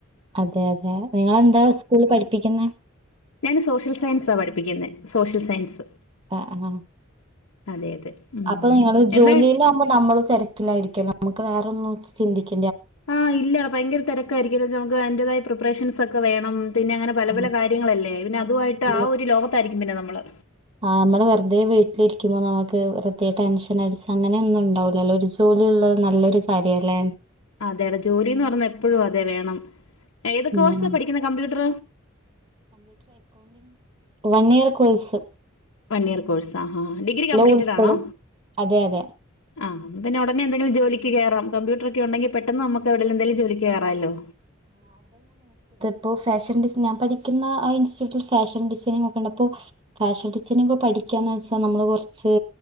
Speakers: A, on the right; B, on the left.
A: അതെ അതെ നിങ്ങളെന്താ സ്കൂളിൽ പഠിപ്പിക്കുന്ന
B: ഞാന് സോഷ്യൽ സയൻസാ പഠിപ്പിക്കുന്നത് സോഷ്യൽ സയൻസ്
A: ആ, ആ.
B: അതെ അതെ ഉം
A: അപ്പൊ നിങ്ങള്ൾ ജോലിയില
B: എന്നാ
A: ആകുമ്പോ നമ്മള് തിരക്കായിരിക്കല്ലോ നമക്ക് െ വേറെൊന്നന്ന് ചിന്തിക്കും
B: ആഹ് ഇല്ല ഭയങ്കര തിരക്കായിരിക്കും നമുക്ക് എന്റതായ പ്രിപ്പറേഷൻസ് ഒക്കെ വേണം പിന്നെ അങ്ങനെ പല
A: ആ,
B: പല കാര്യങ്ങളല്ലേ പിന്നെ അതുമായിട്ട്
A: നമ്മ-
B: ആ ഒരു ലോകത്തായിരിക്കും പിന്നെ നമ്മള്
A: ആ നമ്മള് വെറുതെ വീട്ടിലിരിക്കുമ്പോ നമുക്ക് വെറുതെ ടെൻഷൻ അടിച്ച് അങ്ങനെയൊന്നും ഉണ്ടാവൂലല്ലോ ഒരു ജോലി ഉള്ളത് നല്ലൊരു കാര്യ അല്ലേ
B: അതേടട ജോലിന്ന് പറഞ്ഞ എപ്പോഴും അതെ വേണം ഏത്
A: ഉം.
B: കോഴ്സാണ് പഠിക്കുന്ന computer
A: one year course
B: one year course ആഹ് ഡിഗ്രി കംപ്ലീറ്റഡ്
A: ഉൾപ്പെടും.
B: ആണോ
A: അതെ, അതെ.
B: ആഹ് പിന്നെ ഉടനെ എന്തെിങ്കിലും ജോലിക്ക് കയറാൻ കമ്പ്യൂട്ടൊക്കെ ഉണ്ടെങ്കിൽ പെട്ടന്ന് നമുക്ക് എവിടെങ്കിലും ജോലിക്ക് കയറാലോ
A: അപ്പോൾ ഫാഷൻ ഡിസൈൻ ഞാൻ പഠിക്കുന്ന ആ ഇൻസ്റ്റിറ്റ്യൂട്ടിൽ ഫാഷൻ ഡിസൈനിങ് ഒക്കെ ഉണ്ട് അപ്പോൾ ഫാഷൻ ഡിസൈനിങ്ങൊക്ക പഠിക്കാന്ന് വെച്ചാൽ നമ്മൾ കുറച്ച്